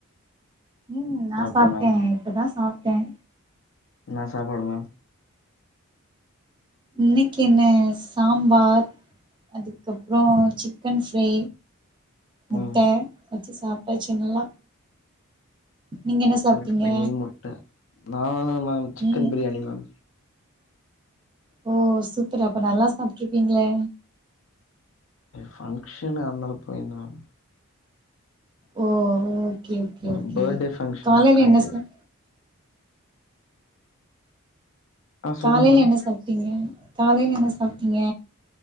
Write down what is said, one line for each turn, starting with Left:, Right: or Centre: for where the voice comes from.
Right: உம் நான்
Left: சாப்ட்டே
Right: சாப்ட்டேன்
Left: மேம்
Right: இப்பதான் சாப்ட்டேன்
Left: என்ன சாப்பாடுங்க
Right: இன்னைக்கு என்ன சாம்பார் அதுக்கப்புறம் சிக்கன் ஃப்ரே முட்ட
Left: ம்
Right: வச்சு சாப்ட்டாச்சி நல்லா நீங்க
Left: சிக்கன்
Right: என்ன சாப்ட்டீங்க
Left: ஃப்ரை முட்டை நா நாங் சிக்கன்
Right: ம்
Left: பிரியாணி மேம்
Right: ஓ சூப்பர் அப்ப நல்லா சாப்ட்ருப்பீங்களே
Left: ஃபங்ஷன் அதனால போய்ருந்த மேம்
Right: ஓ ஓகே ஓகே
Left: ஒரு
Right: ஓகே
Left: பர்த்டே ஃபங்க்ஷன்
Right: காலைல
Left: அக்காது
Right: என்ன சம
Left: ஆ
Right: காலைல
Left: சொல்லுங்க மேம்
Right: என்ன சாப்ட்டீங்க காலைல என்ன சாப்ட்டீங்க